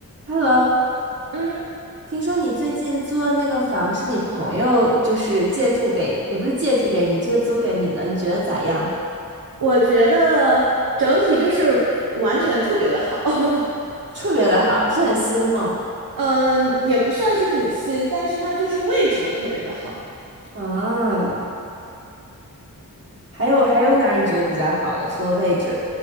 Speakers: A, on the right; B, on the right.
A: Hello，
B: 嗯，
A: 听说你最近租的那个房是你朋友就是借住给，也不是借住给你，就是租给你的，你觉得咋样？
B: 我觉得整体就是完全特别的好，<laughs>
A: 特别的好，是很新吗？
B: 嗯，也不算是很新，但是它就是位置的特别的好，
A: 嗯，还有还有哪儿你觉得比较好的？除了位置？